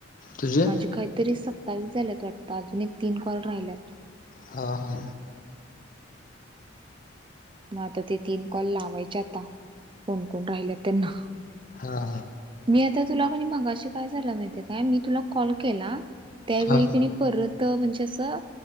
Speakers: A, on the left (about 45°); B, on the right (about 25°).
A: तुझे?
B: माझे काहीतरी सत्तावीस झाल्यात वाटत अजून एक तीन कॉल राहिल्यात.
A: हा हा.
B: म आता ते तीन कॉल लावायचे आता कोण कोण राहिल्यात त्यांना.
A: हा
B: मी आता तुला कणी मगाशी काय झालं माहिेती हाय काय मी तुला कॉल केला त्यावेळी
A: हा
B: कणी परत म्हणजे असं